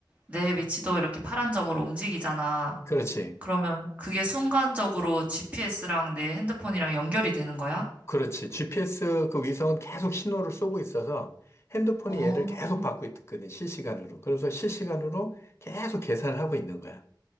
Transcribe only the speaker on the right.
내 위치도 이렇게 파란 점으로 움직이잖아.
그러면 그게 순간적으로 GPS랑 내 핸드폰이랑 연결이 되는 거야?
어,